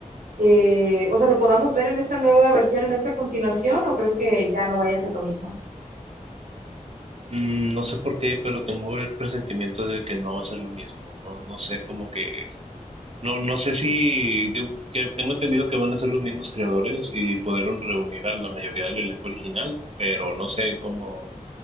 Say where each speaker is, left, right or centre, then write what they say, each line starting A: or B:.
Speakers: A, on the right; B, on the right.
A: eh, o sea, lo podamos ver en esta nueva versión, en esta continuación, o crees que ya no vaya a ser lo mismo?
B: Mm, no sé por qué, pero tengo el presentimiento de que no va a ser lo mismo. No, no sé, como que, no, no sé si, de- que tengo entendido que van a ser los mismos creadores y pudieron reunir a la mayoría del elenco original, pero no sé cómo